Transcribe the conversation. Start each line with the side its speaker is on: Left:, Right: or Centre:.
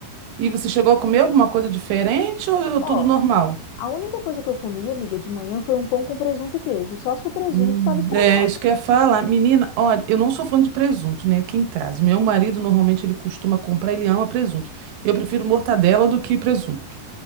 Right: E você chegou a comer alguma coisa diferente ou
Left: Ó,
Right: tudo normal?
Left: A única coisa que eu comi, amiga, de manhã foi um pão com presunto e queijo, só se o presunto
Right: Hum,
Left: estava estragado.
Right: é, isso que eu ia falar. Menina, olha, eu não sou fã de presunto, né? Aqui em casa. Meu marido normalmente ele costuma comprar, ele ama presunto. Eu prefiro mortadela do que presunto.